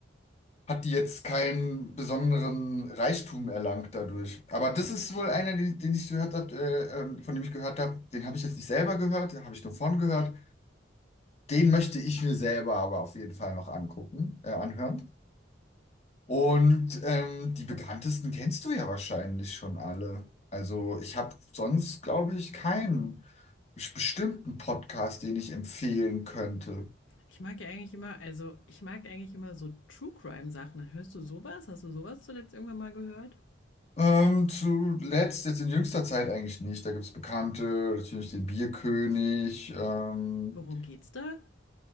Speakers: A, on the left; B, on the left.
A: hat die jetzt keinen besonderen Reichtum erlangt dadurch. Aber das ist wohl einer, den, den ich gehört habe, äh, ähm, von dem ich gehört habe. Den habe ich jetzt nicht selber gehört, den habe ich nur von gehört. Den möchte ich mir selber aber auf jeden Fall noch angucken, äh, anhören. Und ähm, die bekanntesten kennst du ja wahrscheinlich schon alle. Also ich habe sonst, glaube ich, keinen bes- bestimmten Podcast, den ich empfehlen könnte.
B: Ich mag ja eigentlich immer, also ich mag eigentlich immer so True Crime Sachen. Hörst du sowas? Hast du sowas zuletzt irgendwann mal gehört?
A: Ähm, zuletzt, jetzt in jüngster Zeit eigentlich nicht. Da gibt es Bekannte, natürlich den Bierkönig. Ähm,
B: Worum geht's da?